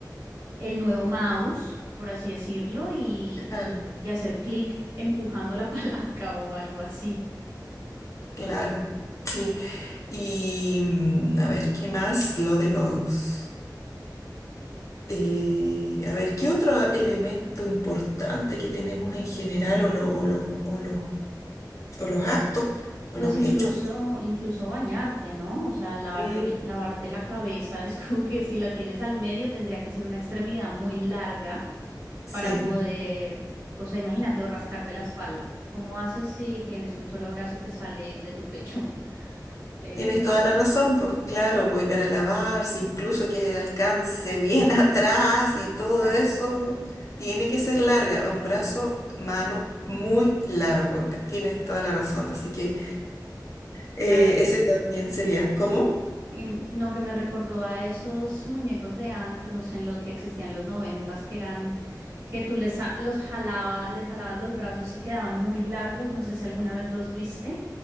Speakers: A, on the right; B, on the left.
A: el nuevo mouse, por así decirlo, y,
B: Claro,
A: y- y hacer clic empujando la <laughs> palanca o algo así.
B: claro, sí. Y mm, a ver, ¿qué más? Lo de los... eh, a ver, ¿qué otro elemento importante que tenemos en general
A: Mm,
B: o, lo- o los, o los, o los actos o
A: Pues
B: los
A: incluso,
B: hechos?
A: incluso bañarte, ¿no? O sea, lavarte,
B: Mm,
A: lavarte la cabeza. <laughs> Es como que si la tienes al medio tendría que ser una extremidad muy larga
B: sí,
A: para poder, o sea, imagínate, o rascarte la espalda. ¿Cómo haces si tienes un solo brazo que sale de tu pecho? <laughs> Eh,
B: tienes toda la razón, pues claro, voy para lavarse, incluso que alcance bien <laughs> atrás y todo
A: exacto.
B: eso, tiene que ser larga, un brazo, mano muy largo, tienes toda la razón, así que... Eh,
A: Claro.
B: ese también sería, ¿cómo?
A: Y no, que me recordó a esos muñecos de antes, no sé, en lo que existían en los noventas, que eran, que tú les a- los jalaba, les jalabas los brazos y quedaban muy largos, no sé si alguna vez los viste,